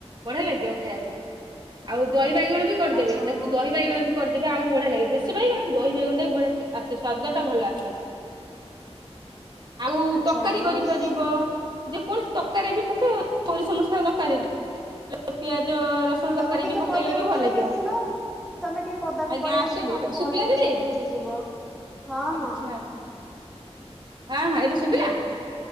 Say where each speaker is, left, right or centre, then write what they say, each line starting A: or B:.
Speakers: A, on the right; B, in the centre.
A: ବଢିଆ ଲାଗିବ ଖାଇବାକୁ। ଆଉ ଦହି ବାଇଗଣ ବି କରିଦେବେ
B: ଆଚ୍ଛା
A: ତାକୁ
B: ମୁଁ
A: ଦହି ବାଇଗଣ ବି କରି ବେ ଆହୁରି ବଢିଆ ଲାଗେ ଦେଶୀ ବାଇଗଣ ଦହି ବଗୁଣ୍ଡା ବି ବଢିଆ ଆସେ ସ୍ଵାଦ ଟା ଭଲ ଆସେ। ଆଉ
B: ଆଚ୍ଛା
A: ତରକାରୀ କରିପାରିବ।
B: ମୁଁ
A: ଯେକୌଣସି ତରକାରୀରେ ବି ପକେଇବ ସୋରିଷ ମସଲା ତରକାରୀରେ ପି ଉ ରସୁଣ
B: ତମେ
A: ତରକାରୀ
B: ଟିକେ
A: ବି ପକେଇଲେ
B: ପଦାକୁ
A: ବି ଭଲ
B: ପଳେଇ
A: ଲାଗିବ।
B: ଆସିଲ। ତମେ ଟିକେ ପଦାକୁ
A: ଆଜ୍ଞା
B: ପଳେଇ
A: ଆସିଲି
B: ଆସ ନହେଲେ
A: ଏବେ
B: କଲ
A: ଶୁଭିଲା
B: ରିଜେକ୍ଟ
A: ଦିଦି?
B: ହେଇଯିବ ହଁ
A: ଆଚ୍ଛା
B: ହଁ।
A: ଆଚ୍ଛା। ହଁ ହଁ ଏବେ ଶୁଭିଲା?
B: ହ